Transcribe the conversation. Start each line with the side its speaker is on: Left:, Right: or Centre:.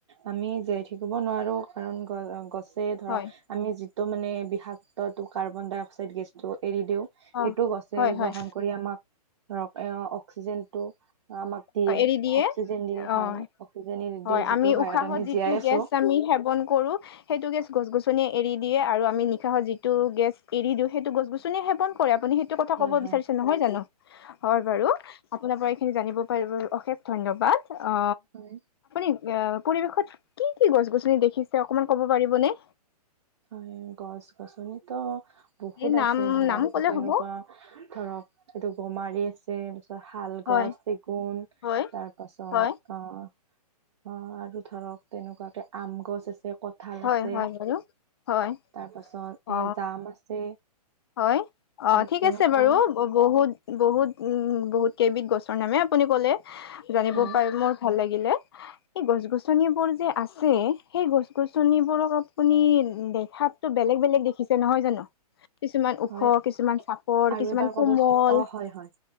Right: আমি জীয়াই থাকিব নোৱাৰো কাৰণ গ গছ যে ধৰক,
Left: হয়
Right: আমি যিটো মানে বিষাক্ত টো কাৰ্বন ডাই অক্সাইড গেছটোত এৰি দিওঁ। সেইটোও
Left: অ
Right: গছে
Left: হয় হয়
Right: গ্ৰহণ কৰি আমাক ধৰক এ অক্সিজেনটো আমাক দিয়ে
Left: অ এৰি
Right: অক্সিজেন দিয়ে
Left: অ
Right: হয় অক্সিজেন
Left: হয়',
Right: যিটোৰ
Left: আমি
Right: সহায়ত
Left: উশাহত
Right: আমি
Left: যিটো
Right: জীয়াই আছো
Left: গেছ আমি সেৱন কৰো। সেইটো গেছ গছ এৰি দিয়ে আৰু আমি নিশাহৰ যিটো গেছ এৰি দিওঁ। সেইটো গছ -গছনি সেৱন কৰে আপুনি সেইটো কথা
Right: হয়
Left: ক'ব
Right: হয়
Left: বিচাৰি নহয় জানো। হয় বাৰু, আপোনাৰ পৰা এই খিনি জানিব অশেষ ধন্যবাদ। অ,
Right: হয়
Left: অ', পৰিৱেশত কি কি গছ -গছনি দেখিছে অকমান ক'ব পাৰিবনে?
Right: হয়', গছ -গছনি টো বহুত
Left: এই নাম
Right: আছে ধৰক
Left: নাম ক'লে
Right: যেনেকুৱা
Left: হ'ব
Right: ধৰক এইটো গমাৰি আছে। ত শাল
Left: হয়
Right: গছ, চেগুন
Left: হয়
Right: তাৰ পাছত
Left: হয়
Right: অ' অ', আৰু ধৰক তেনেকুৱাকে আম গছ আছে, কঁঠাল
Left: হয়
Right: আছে।
Left: হয় বাৰু হয়
Right: তাৰ পাছত
Left: অ
Right: এ জাম আছে।
Left: হয়',
Right: ধৰক
Left: অ' ঠিক
Right: তেনেকুৱা
Left: আছে বাৰু
Right: আৰু
Left: বহুত বহুত উম, বহুত কেইবিধ গছৰ নামে আপুনি ক'লে। জানিব
Right: হয়
Left: পাৰি মোৰ ভাল লাগিলে। এই গছ -গছনিবোৰ যে আছে। সেই গছ গছনিবোৰক আপু আপুনি দেখাতটো বেলেগ বেলেগ দেখিছে নহয় জানো? কিছুমান ওখ,
Right: হয়
Left: কিছুমান চাপৰ,
Right: আৰু
Left: কিছুমান
Right: এবাৰ
Left: কোমল,
Right: ক'বচোন অ হয় হয়